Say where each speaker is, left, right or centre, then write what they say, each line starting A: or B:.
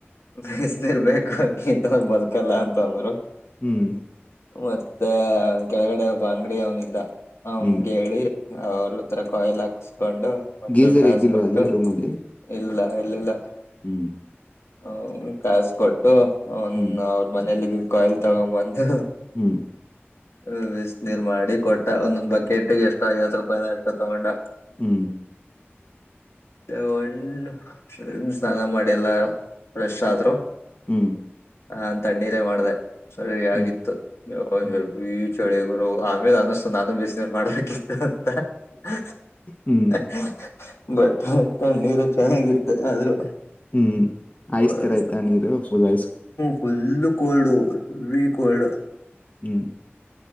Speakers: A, on the left (about 80°); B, on the left (about 35°).
A: ಬಿಸ್ನೀರ್ ನರ್ ಬೇಕು ಬದುಕಲ್ಲ ಅಂತ ಅಂದ್ರು
B: ಹ್ಮ್
A: ಮತ್ತೆ ಕೆಳಗಡೆ ಒಬ್ಬ ಅಂಗಡಿ ಅವನ ಇದ್ದ ಹಂಗ
B: ಹ್ಮ್
A: ಹೇಳಿ ಹೌಲ್ಲ ತರ ಕೊಯಿಲ್ ಅ ಸ್ ಕಕೊಂಡು ಒಂಚೂರು
B: ಗೀಸರ್
A: ಕಾಸು
B: ಇದ್ದಿಲ್ವಾ
A: ಕೊಟ್ಟು
B: ಅಲ್ಲಿ ರೂಮ್ ಅಲ್ಲಿ
A: ಇಲ್ಲ ಇರ್ಲಿಲ್ಲ
B: ಹ್ಮ್
A: ಅವನು ಕಾಸ್ ಕೊಟ್ಟು ಅವನ್
B: ಹ್ಮ್
A: ಅವ್ರ ಮನೆಯಲ್ಲಿ ಕಾಯಿಲ್ ತಗೊಂಬಂದ್ದು
B: ಹ್ಮ್
A: ಹ್ಮ ಇಸ್ ನೀರ್ ಮಾಡಿ ಕೊಟ್ಟ ಒಂದೊಂದ್ ಬಕೆಟ್ಗೆ ಎಷ್ಟೋ ಐವತ್ತು ರೂಪಾಯಿನ ಎಷ್ಟು ತಗೊಂಡ
B: ಹ್ಮ್
A: ಏ ಒಂಡ್ ಸ್ನಾನ ಮಾಡಿ ಎಲ್ಲಾ ಪ್ರೆಶ್ ಆದ್ರು
B: ಹ್ಮ್
A: ಹ ಅ ತಣ್ಣೀರ ಮಾಡಿದೆ ಸರಿ ಹಗಿತ್ತು
B: ಹ್ಮ್ ಹ್ಮ್
A: ಹೆ ಚಳಿಗುರು ಆಮೇಲೆ ಅನ್ನಿಸತು ನಾನು ಬಿಸ್ ನ್ ಮಾಡಕಿತ್ತು ಅಂತ ಹ
B: ಹ್ಮ್
A: ಹ ಬಟ್ ನೀರು ಚೆನ್ನಾಗಿತ್ತು ಆದ್ರೂ
B: ಹ್ಮ್ ಐಸ್
A: ಕಾಯಸ್
B: ತರ ಆಯ್ತಾ ನೀರು ಫುಲ್ ಐಸ್
A: ಫುಲ್ಲು ಕೊಲ್ಡು ವೀ ಕೋಲ್ಡ್
B: ಹ್ಮ್